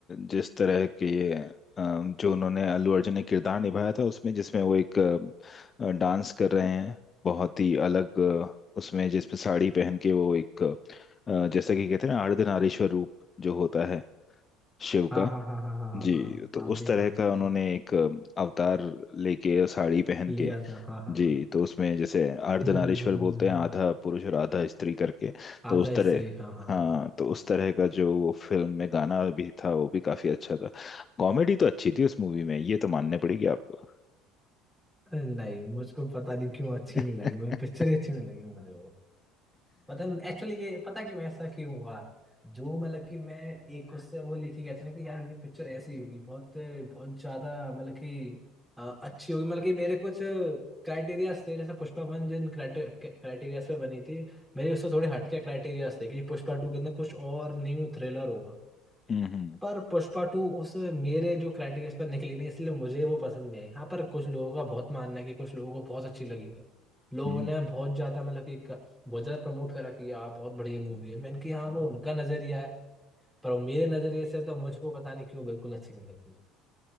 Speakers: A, on the left; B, in the centre.
A: जिस तरह के अ, जो उन्होंने अल्लू अर्जुन ने किरदार निभाया था उसमें जिसमें वो एक अ, डांस कर रहे हैं बहुत ही अलग अ, उसमें जिसमें साड़ी पहन के वो एक अ, जैसा कि कहते हैं ना अर्धनारीश्वर रूप जो होता है शिव
B: हाँ
A: का
B: हाँ हाँ हाँ हाँ हाँ
A: जी
B: हाँ हाँ
A: तो
B: हाँ,
A: उस
B: देखा
A: तरह
B: मैंने
A: का उन्होंने एक अ, अवतार लेके और साड़ी पहन
B: लिया
A: के
B: था हाँ हाँ
A: जी तो उसमें जैसे अर्धनारीश्वर
B: हम्म हम्म हम्म हम्म
A: बोलते
B: हम्म।
A: हैं आधा
B: हम्म।
A: पुरुष और आधा स्त्री करके तो
B: आधा
A: उस तरह
B: स्त्री हाँ हाँ हाँ
A: हाँ तो उस तरह का जो वो फिल्म में गाना भी था वो भी काफी अच्छा था कॉमेडी तो अच्छी थी उस मूवी में ये तो मानने पड़ेगी आपको
B: अरे नहीं मुझको पता नहीं क्यों
A: <laughs>
B: अच्छी नहीं लगी मुझे पिक्चर अच्छी नहीं लगी मुझे वो मतलब एक्चुअली ये पता क्यों ऐसा क्यों हुआ जो मतलब कि मैं एक उससे वो लेके गया था ना कि यार ये पिक्चर ऐसी होगी बहुत बहुत ज्यादा मतलब कि अ, अच्छी होगी मतलब कि मेरे कुछ क्राइटेरिया थे जैसे पुष्पा वन जिन क्राइटेरिया पे बनी थी मेरे उससे थोड़े हटके क्राइटेरिया थे कि पुष्पा टू के अंदर कुछ और न्यू थ्रिलर होगा
A: हम्म
B: पर पुष्पा टू उस मेरे जो क्राइटेरिया पर निकली नहीं इसलिए मुझे वो पसंद नहीं है हाँ पर कुछ लोगों का बहुत मानना है कि कुछ लोगों को बहुत अच्छी लगी है लोगों
A: हम्म
B: ने बहुत ज्यादा मतलब कि क- बहुत ज्यादा प्रमोट करा कि यार बहुत बढ़िया मूवी है मैंने कि हाँ वो उनका नजरिया है पर वो मेरे नजरिए से तो मुझको पता नहीं क्यों बिल्कुल अच्छी नहीं लगी